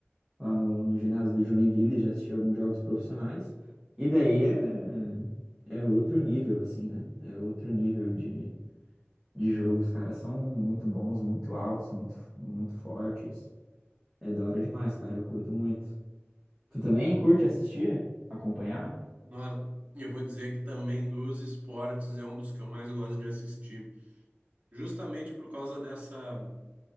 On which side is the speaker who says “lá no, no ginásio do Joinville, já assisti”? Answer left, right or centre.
Centre